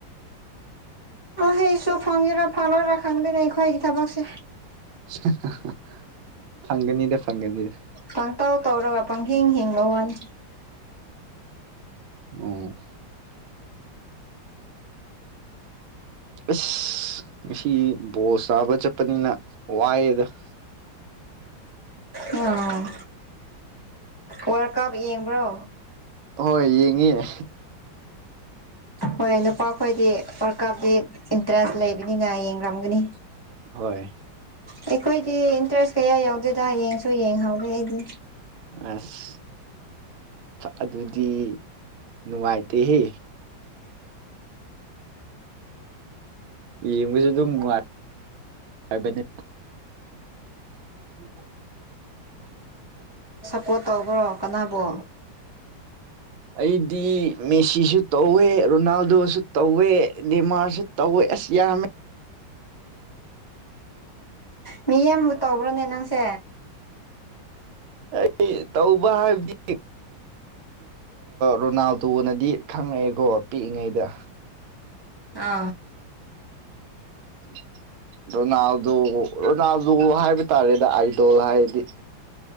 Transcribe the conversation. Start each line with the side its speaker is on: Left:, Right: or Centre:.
Left: ꯍꯩꯁꯨ ꯐꯪꯉꯦꯔꯥ ꯐꯪꯉꯣꯏꯔꯥ ꯈꯪꯗꯔ ꯑꯩꯈꯣꯏꯒꯤ ꯊꯕꯛꯁꯦ
Right: <inaudible> ꯐꯪꯒꯅꯤꯗ ꯐꯪꯒꯅꯤꯗ
Left: ꯄꯥꯡꯇꯥꯎ ꯇꯧꯔꯒ ꯄꯪꯍꯤꯡ ꯍꯤꯡꯕ ꯋꯥꯅꯤ
Right: ꯑꯝ <inaudible> ꯑꯁ ꯉꯁꯤ ꯕꯣꯁ ꯇꯥꯕ ꯆꯠꯄꯅꯤꯅ ꯋꯥꯏꯑꯦꯗ <inaudible>
Left: ꯑꯥ ꯋꯥꯔꯜ ꯀꯞ ꯌꯦꯡꯕ꯭ꯔꯣ
Right: ꯍꯣꯏ ꯌꯦꯡꯉ
Left: ꯍꯣꯏ ꯅꯨꯄꯥꯈꯣꯏꯗꯤ ꯋꯥꯔ ꯀꯞꯗꯤ ꯏꯟꯇꯔꯦꯁ ꯂꯩꯕꯅꯤꯅ ꯌꯦꯡꯝꯒꯅꯤ
Right: ꯍꯣꯏ
Left: ꯑꯩꯈꯣꯏꯗꯤ ꯏꯟꯇꯔꯦꯁ ꯀꯌꯥ ꯌꯥꯎꯗꯦꯗ ꯌꯦꯡꯁꯨ ꯌꯦꯡꯍꯧꯒꯦ ꯑꯩꯗꯤ
Right: ꯑꯁ ꯑꯗꯨꯗꯤ ꯅꯨꯡꯉꯥꯏꯇꯦꯍꯦ <inaudible> ꯌꯦꯡꯕꯁꯨ ꯑꯗꯨꯝ ꯅꯨꯡꯉꯥꯏꯕꯅꯤ ꯎꯝ
Left: ꯀꯣꯠ ꯇꯧꯕ꯭ꯔꯣ ꯀꯅꯥꯕꯣ
Right: ꯑꯩꯗꯤ ꯃꯦꯁꯤꯁꯨ ꯇꯧꯋꯦ ꯔꯣꯅꯥꯜꯗꯣꯁꯨ ꯇꯧꯋꯦ ꯗꯦꯃꯥꯔꯁꯨ ꯇꯧꯋꯦ ꯑꯁꯤ ꯌꯥ
Left: ꯃꯤ ꯑꯃꯕꯨ ꯇꯧꯕ꯭ꯔꯣꯅꯦ ꯅꯪꯁꯦ
Right: ꯑꯩ ꯇꯧꯕ ꯍꯥꯏꯕꯗꯤ ꯔꯣꯅꯥꯜꯗꯣꯅꯗꯤ ꯈꯪꯉꯛꯑꯦꯀꯣ ꯄꯤꯛꯏꯉꯩꯗ
Left: ꯑ
Right: <inaudible> ꯔꯣꯅꯥꯜꯗꯣ ꯔꯣꯅꯥꯜꯗꯣ ꯍꯥꯏꯕ ꯇꯥꯔꯦꯗ ꯑꯥꯏꯗꯣꯜ ꯍꯥꯏꯔꯗꯤ